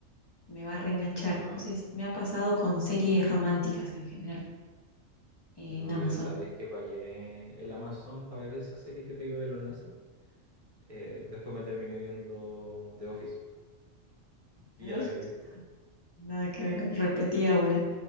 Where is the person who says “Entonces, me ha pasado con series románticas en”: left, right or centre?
Left